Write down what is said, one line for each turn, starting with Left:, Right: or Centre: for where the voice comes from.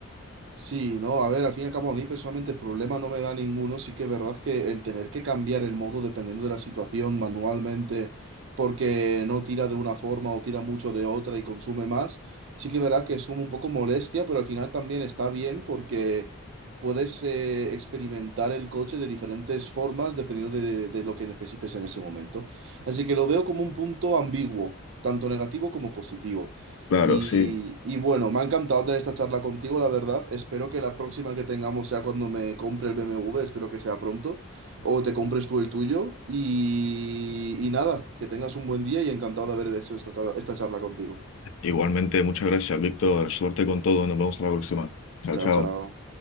Right: Sí, no, a ver, al fin y al cabo a mí personalmente el problema no me da ninguno, sí que es verdad que el tener que cambiar el modo dependiendo de la situación manualmente porque no tira de una forma o tira mucho de otra y consume más, sí que es verdad que es como un poco molestia, pero al final también está bien porque puedes eh, experimentar el coche de diferentes formas dependiendo de, de lo que necesites en ese momento. Así que lo veo como un punto ambiguo, tanto negativo como positivo.
Left: Claro,
Right: Y,
Left: sí.
Right: y bueno, me ha encantado tener esta charla contigo, la verdad. Espero que la próxima que tengamos sea cuando me compre el BMW, espero que sea pronto, o te compres tú el tuyo. Y, y nada, que tengas un buen día y encantado de haber hecho esta, esta charla contigo.
Left: Igualmente, muchas gracias, Víctor. Suerte con todo. Nos vemos a la próxima. Chao,
Right: Chao,
Left: chao.
Right: chao.